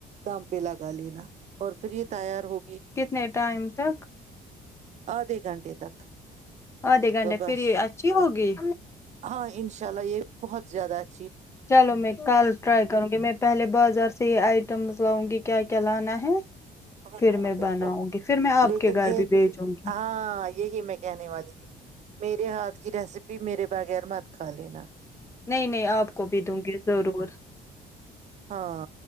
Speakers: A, on the right; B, on the left.
A: دم پہ لگا لینا اور پھر یہ تیار ہو
B: کتنے ٹائم تک
A: آدھے گھنٹے تک
B: آدھے گھنٹے
A: تو بس
B: پھر یہ اچھی ہوگی
A: ہاں انشاء اللہ یہ بہت زیادہ اچھا
B: چلو میں کل ٹرائی کروں گی میں پہلے بازار سے یہ آئٹمز لاؤں گی کیا کیا لانا ہے
A: ہاں
B: پھر میں
A: بالکل
B: بناؤں گی پھر میں آپ
A: لیکن
B: کے گھر
A: ایک
B: بھی بھیجوں گی
A: ہاں یہی میں کہنے والی تھی میرے ہاتھ کی ریسیپی میرے بغیر مت کھا لین
B: نہیں نہیں آپ کو بھی دوں گی ضرور
A: ہاں